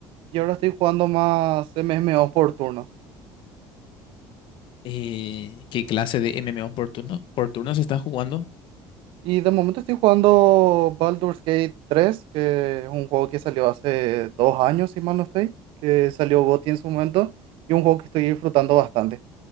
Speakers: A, on the right; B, on the left.
A: Y ahora estoy jugando más MMO por turnos.
B: eh, qué clase de MMO por turno, por turno se está jugando.
A: Y de momento estoy jugando Baldur's Gate 3, que es un juego que salió hace dos años, si mal no estoy, que salió GOTY en su momento, y un juego que estoy disfrutando bastante.